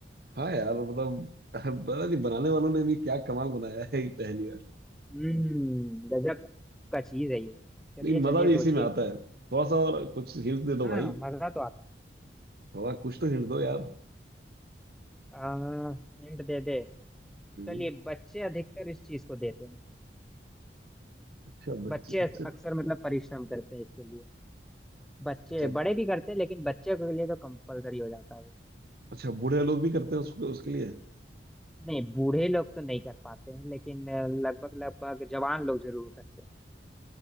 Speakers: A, on the right; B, in the centre.
A: हाँ यार मतलब पता नहीं बनाने वालों ने भी क्या कमाल बनाया है ये पहली बार
B: हम्म गजब का चीज है ये चलिए
A: लेकिन
B: चलिए
A: मजा भी
B: सोचिए
A: इसी में आता है थोड़ा सा और कुछ हिंट दे दो
B: हाँ
A: भाई
B: मजा तो आता
A: थोड़ा कुछ तो हिंट दो यार
B: आ, हिंट दे दे
A: हम्म।
B: चलिए बच्चे अधिकतर इस चीज को देते हैं
A: अच्छा बच्चे
B: बच्चे
A: अच्छा
B: अक्सर मतलब परिश्रम करते हैं इसके लिए बच्चे
A: अच्छा
B: बड़े भी करते हैं लेकिन बच्चे के लिए तो कंपलसरी हो जाता है वो
A: अच्छा बूढ़े लोग भी करते हैं उसको उसके लिए
B: नहीं बूढ़े लोग तो नहीं कर पाते हैं लेकिन अ, लगभग लगभग जवान लोग जरूर करते हैं